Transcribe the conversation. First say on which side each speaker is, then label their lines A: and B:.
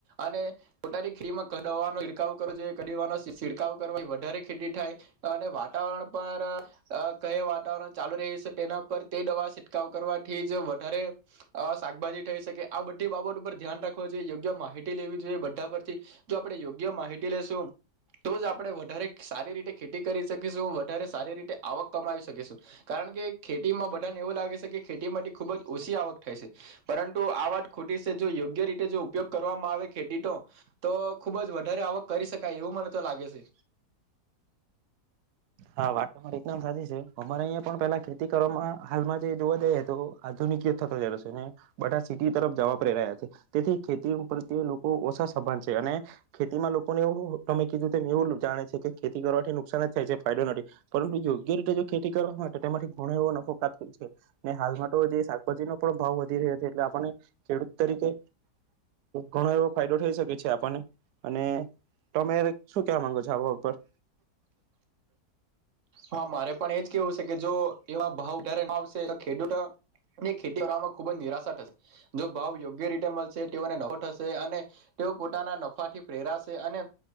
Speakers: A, on the right (about 50°); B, on the right (about 75°).
A: અને પોતાની ખ્રીમક દવાનો ઇરખાવ કરવો જોઈએ ક દવાનો છિડકાવ કરવાથી વધારે ખેતી થાય અને વાતાવરણ પર અ-અ કયા વાતાવરણ ચાલુ રહે છે તેના પર તે દવા છિડકાવ કરવાથી જ વધારે અ શાકભાજી થઈ શકે આ બધી બાબત પર ધ્યાન રાખવો જોઈએ યોગ્ય માહિત તી જોઈએ બધા પરથી જો આપડે યોગ્ય માહિતી લેશું તો જ આપણે વધારે સારી રીતે ખેતી કરી શકીશું વધારે સારી રીતે આવક કમાવી શકીશું કારણ કે ખેતીમાં બધાને એવું લાગે છે કે ખેતી માટે ખુબ જ ઓછી આવક થાય છે પરંતુ આ વાત ખોટી છે જો યોગ્ય રીતે જો ઉપયોગ કર વામાં આવે ખેતી તો તો ખુબ જ વધારે આવક કરી શકાય એવું મને તો લાગે છે
B: હા, વાત તો મારી એકદમ સાચી છે. અમારે અહિયાં પણ પેલા ખેતી કરવામાં હાલમાં જે જોવા જઈએ તો આધુનિકી થતો જ છે ને બધા સિટી તરફ જવા પ્રેરાયા છે તેથી ખેતી પ્રત્યે લોકો ઓછા સભાન છે અને ખેતીમાં લોકોને એવું તમે કીધું એવું જાણે છે કે ખેતી કરવાથી નુકસાન જ થાય છે. ફાયદો નથી પરંતુ યોગ્ય રીતે જો ખેતી કરવા હોય તેમાંથી ઘણો એવો નફો કાપ્યો છે ને હાલમાં તો જે શાકભાજી નો પણ ભાવ વધી રહ્યો છે એટલે આપને ખેડૂત તરીકે ઘણો એવો ફાયદો થઈ શકે છે આપને. અને તમે શું કેવા માંગો છો? જવો ઉપર
A: હા, મારે પણ એજ કેવું છે કે જો એવા ભાવ <unintelligible> આવશે. તો ખેડૂત ની ખેતી કરવામાં ખુબ જ નિરાશા થશે જો ભાવ યોગ્ય રીતે મળશે તેઓને નફો થશે અને તેઓ પોતાના નફાથી પ્રેરાશે અને